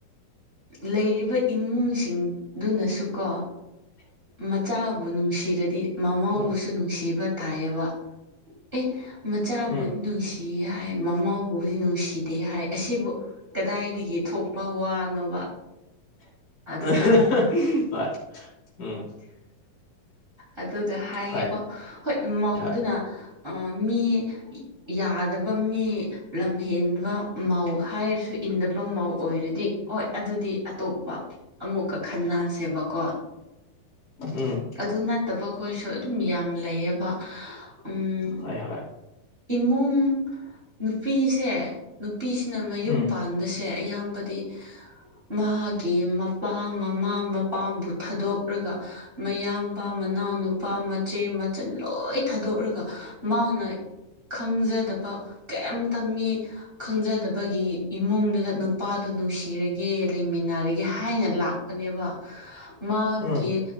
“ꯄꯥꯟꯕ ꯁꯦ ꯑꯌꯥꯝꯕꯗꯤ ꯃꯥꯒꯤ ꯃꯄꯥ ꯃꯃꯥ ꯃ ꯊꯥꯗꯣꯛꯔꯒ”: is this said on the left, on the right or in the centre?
Right